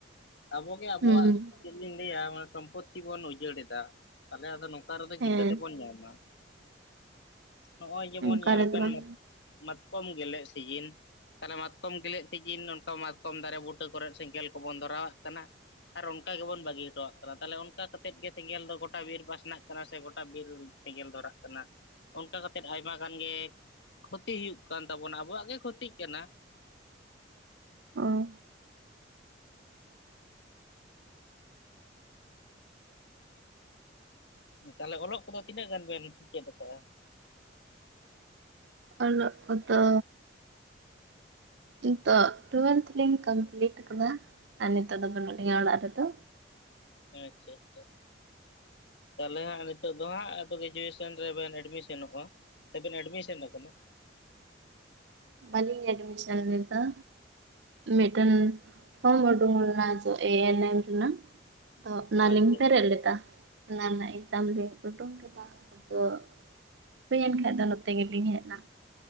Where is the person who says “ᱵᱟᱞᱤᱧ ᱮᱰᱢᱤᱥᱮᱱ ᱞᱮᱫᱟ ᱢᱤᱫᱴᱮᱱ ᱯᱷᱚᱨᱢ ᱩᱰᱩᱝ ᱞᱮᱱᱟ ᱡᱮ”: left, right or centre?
Right